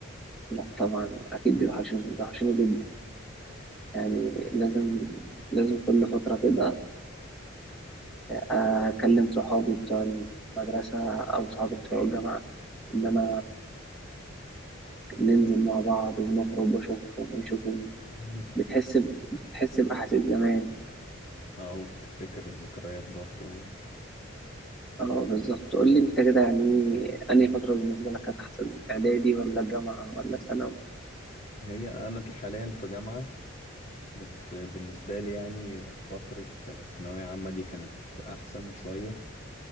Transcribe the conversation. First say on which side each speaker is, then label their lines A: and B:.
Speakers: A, in the centre; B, on the left.
A: لا طبعا أكيد بيوحشوني بيوحشوني جدا يعني لازم لازم كل فترة كده آه، اكلم صحابي بتوع المدرسه او صحابي بتوع الجامعه ان انا ننزل مع بعض ونخرج واشوفهم ويشوفوني
B: مم.
A: بتحس ب... بتحس باحاسيس زمان
B: او بتفتكر الذكريات برضو
A: اه بالظبط قول لي انت كده يعني انهي فتره بالنسبه لك كانت احسن اعدادي ولا الجامعه ولا ثانوي
B: هي انا حاليا في جامعة بس بالنسبة لي يعني فترة ثانوية عامة دي كانت احسن شوية